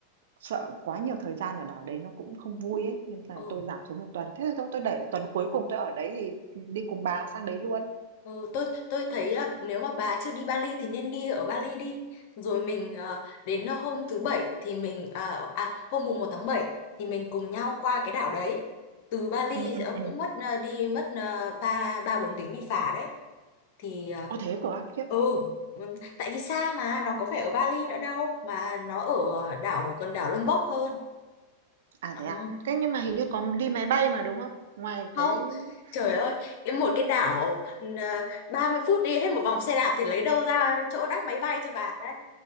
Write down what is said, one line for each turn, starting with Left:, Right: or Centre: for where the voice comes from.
Right: sợ quá nhiều thời gian ở đảo đấy nó cũng không vui ấy, nên là
Left: ừ
Right: tôi giảm xuống một tuần. Thế thì thôi tôi để tuần cuối cùng tôi ở đấy thì, đi cùng bà sang đấy luôn.
Left: Ừ, tôi tôi thấy là nếu mà bà chưa đi Bali thì nên đi ở Bali đi. Rồi mình ờ, đến ờ, hôm thứ bảy thì mình à, à hôm mùng một tháng 7 thì mình cùng nhau qua cái đảo đấy. Từ Bali
Right: Ừ ừ
Left: ờ,
Right: ừ.
Left: cũng mất ờ, đi mất ờ, ba ba bốn tiếng đi phà đấy. Thì ờ,
Right: Ôi, thế cơ á, khiếp.
Left: ừ ừ, tại vì xa mà nó có phải ở Bali nữa đâu mà nó ở đảo gần đảo Lombok hơn.
Right: À, thế
Left: Ờ.
Right: à? Thế nhưng mà hình như có đi máy bay mà, đúng không? Ngoài
Left: không
Right: cái
Left: trời
Right: <laughs>
Left: ơi cái một cái đảo ừ, ờ, 30 phút đi hết một vòng xe đạp thì lấy đâu ra chỗ đáp máy bay cho bà đấy